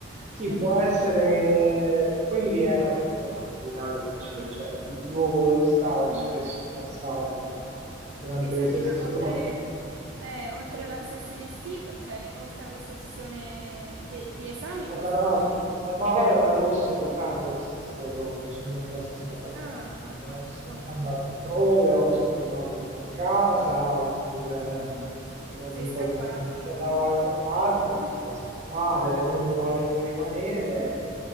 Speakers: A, on the right; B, on the right.
A: Sì,
B: terribile.
A: può essere
B: Mm-mm.
A: che quelli erano un po' un'attività che facevo,
B: Mm.
A: cioè il luogo dove stavo
B: Mhm.
A: spesso in passato durante
B: E senti,
A: le sessioni.
B: ma oltre, eh, oltre
A: Sì.
B: la sessione estiva, cioè ne- oltre alla sessione de- di esami, cosa
A: Ad- ad-
B: facevi?
A: ad- eh, ma guarda, ad agosto
B: Mm.
A: è raro che stessi a Roma, non sono mai quasi stato a
B: Ah,
A: Roma,
B: ah,
A: sono
B: ah,
A: sempre
B: ho capito.
A: andato altrove, o sono tornato un po' a casa, oppure
B: Mhm.
A: sono andato
B: Sei
A: un
B: scappato.
A: po' in vacanza da qualche
B: Mm.
A: parte, tendo
B: <laughs>
A: a scappare, uno volendo rimanere,